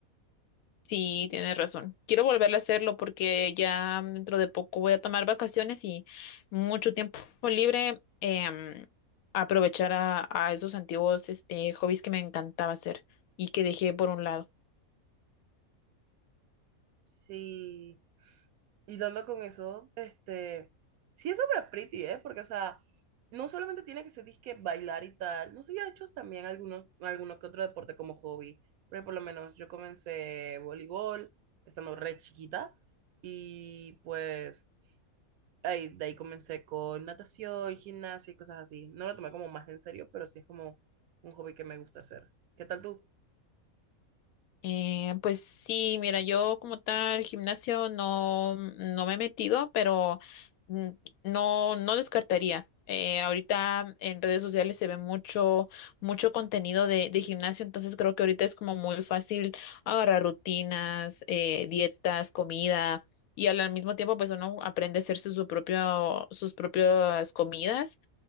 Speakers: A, on the left (about 80°); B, on the right (about 80°).
A: Sí, tienes razón. Quiero volver a hacerlo porque ya dentro de poco voy a tomar vacaciones y mucho tiempo libre. em, aprovechar a, a esos antiguos este, hobbies que me encantaba hacer y que dejé por un lado.
B: Sí. Y dando con eso, este, sí es súper pretty, ¿eh? Porque, o sea, no solamente tiene que ser disque bailar y tal, no sé si ha hecho también algunos, alguno que otro deporte como hobby, pero por lo menos yo comencé voleibol estando re chiquita y pues ahí, de ahí comencé con natación, gimnasia y cosas así. No lo tomé como más en serio, pero sí es como un hobby que me gusta hacer. ¿Qué tal tú?
A: Eh, pues sí, mira, yo como tal gimnasio no, no me he metido, pero mm, no, no descartaría. Eh, ahorita en redes sociales se ve mucho, mucho contenido de, de gimnasio, entonces creo que ahorita es como muy fácil agarrar rutinas, eh, dietas, comida, y al al mismo tiempo pues uno aprende a hacer su, su propio, sus propias comidas